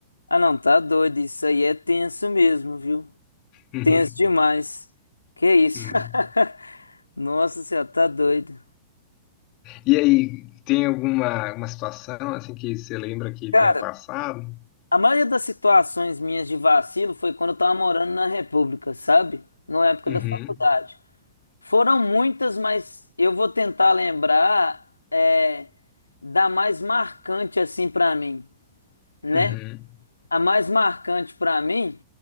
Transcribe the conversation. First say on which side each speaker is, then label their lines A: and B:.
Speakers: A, on the left; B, on the left.
A: Ah, não, tá doido. Isso aí é tenso mesmo, viu?
B: <laughs>
A: Tenso demais. Que isso?
B: Hum.
A: <laughs> Nossa senhora, tá doido.
B: E aí, tem alguma, alguma situação assim que você lembra que
A: Cara,
B: tenha passado?
A: A maioria das situações minhas de vacilo foi quando eu tava morando na República, sabe? Na época
B: Uhum,
A: da faculdade. Foram muitas, mas eu vou tentar lembrar é, da mais marcante assim pra mim, né?
B: uhum.
A: A mais marcante pra mim